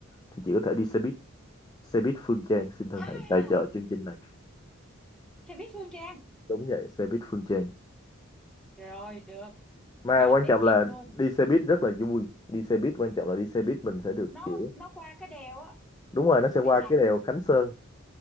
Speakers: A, on the left; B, in the centre.
A: thì chị có thể đi xe buýt xe buýt Phương Trang xin thân
B: à
A: hãy tài trợ chương trình này
B: xe buýt Phương Trang
A: đúng vậy xe buýt Phương Trang
B: rồi được
A: mà
B: bao
A: quan
B: tiết
A: trọng
B: kiệm
A: là
B: luôn
A: đi xe buýt rất là vui đi xe buýt quan trọng là đi xe buýt mình sẽ được
B: nó
A: kiểu
B: nó qua cái đèo á
A: đúng rồi nó sẽ
B: nó
A: qua
B: bị sao
A: cái đèo Khánh Sơn